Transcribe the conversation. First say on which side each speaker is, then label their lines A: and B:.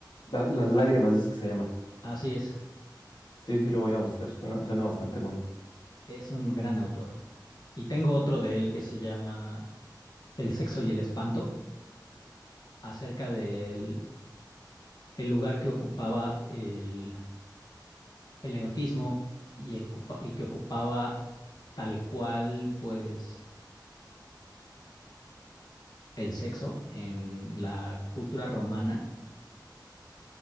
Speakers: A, on the left; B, on the left.
A: La- las lágrimas, dices que se llama.
B: Así es,
A: Sí, sí, lo voy a buscar. Suena, suena bastante bueno.
B: es un gran autor. Y tengo otro de él que se llama El sexo y el espanto, acerca del el lugar que ocupaba el, el erotismo y, ocupa- y que ocupaba tal cual, pues, el sexo en la cultura romana